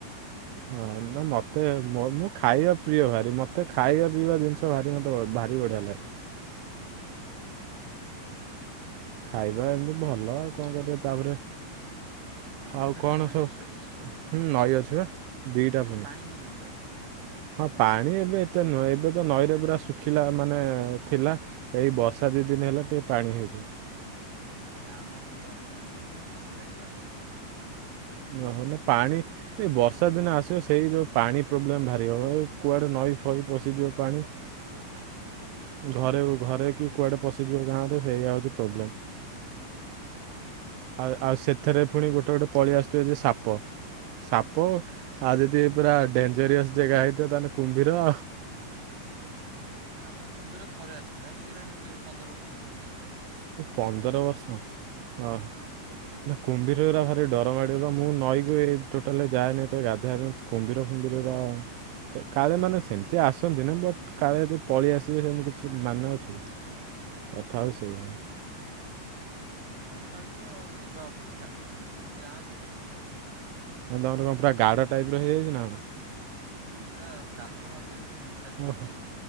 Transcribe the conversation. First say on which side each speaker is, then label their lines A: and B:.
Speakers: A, on the right (about 80°); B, on the right (about 60°).
A: ହଁ ନା ମୋତେ ମୁଁ ଖାଇବା ପ୍ରିୟ ଭାରି ମୋତେ ଖାଇବା ପିଇବା ଜିନିଷ ଭାରି ମୋତେ ଭାରି ବଢ଼ିଆ ଲାଗେ। ଖାଇବା ଏମିତି ଭଲ ଆଉ କଣ କରିବା ତାପରେ
B: ତୁମ
A: ଆଉ
B: ସେଇଠି
A: କଣ
B: ନଈ
A: ସବୁ?
B: ଅଛି ବା
A: ହୁଁ ନଈ ଅଛି ବା। ଦିଟା
B: ସେଇଠି
A: ପୁଣି
B: ପାଣି ହେଇଯିବନ୍ତ ଏବେ।
A: ହଁ ପାଣି ଏବେ ଏତେ ନୁହଁ ଏବେ ତ ନଈରେ ପୁରା ଶୁଖିଲା ମାନେ ଥିଲା। ଏଇ ବର୍ଷା ଦି ଦିନ ହେଲା ଟିକେ ପାଣି ହେଇଛି।
B: ଆମର ବି ଗୋଟେ ଅଛି ନା ଏଇଠି ଆସିଲାଣି ପାଣି।
A: ଓହୋ ନା ପାଣି ଏଇ ବର୍ଷା ଦିନ ଆସିବ ସେଇ ଯୋଉ ପାଣି ପ୍ରୋବ୍ଲେମ ଭାରି ହବ ଏ କୁଆଡେ ନଈ ଫଇ ପଶିଯିବ ପାଣି। <unintelligible>
B: ହୁଁ
A: ଘରେ ଘରେ କି କୁଆଡେ ପଶିଯିବ ଗାଁ ରେ ସେଇଆ ହଉଛି ପ୍ରୋବ୍ଲେମ୍। ଆଉ ଆଉ ସେଥିରେ ପୁଣି ଗୋଟେ ଗୋଟେ ପଳେଇ ଆସୁଥିବ ଯେ ସାପ। ସାପ ଆଉ ଯଦି ପୁରା ଡେଞ୍ଜରିଅସ୍ ଜାଗା ହେଇଥିବ ତାହେଲେ କୁମ୍ଭୀର।
B: ହଁ ଆମର କୁମ୍ଭୀ ଥରେ ଆସିଥିଲା ହେଇଗଲାଣି ବୋଧେ ପନ୍ଦର ବର୍ଷ ର ହେଇଗଲାଣି।
A: ମୁ ପନ୍ଦର ବର୍ଷ ହଁ। ନା କୁମ୍ଭୀର ପା ଭାରି ଡର ମାଡ଼ିବ ମୁଁ ନଈକି ଏ ଟୋଟାଲି ଯାଏନି ଗାଧୋଇବା ପାଇଁ। କୁମ୍ଭୀର କୁମ୍ଭୀରର କାଳେ ମାନେ ସେମିତି ଆସନ୍ତିନି ବଟ୍ କାଳେ ଯଦି ପଳେଇ ଆସିବେ ସେମିତି କିଛି ମାନେ ଅଛି କି? କଥା ହଉଚି
B: ହଁ
A: ସେଇଭଳିଆ।
B: ଆମ ନଈକି ତ ଯିବା ଅବସ୍ଥା ନାହିଁ ନହେଲେ ଯାଆନ୍ତେ।
A: ତମର କଣ ପୁରା ଗାଡ ଟାଇପ ର ହେଇଯଛି ନା?
B: ପୁରା କାଦୁଅ ମାଆଦୁ ହେଇକି ନୁ
A: ଓହୋ